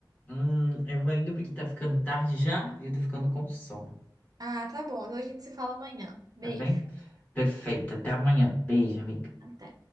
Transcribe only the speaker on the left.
Hum, eu vou indo porque tá ficando tarde já e eu tô ficando com sono,
tá bem? Perfeito. Até amanhã. Beijo, amiga.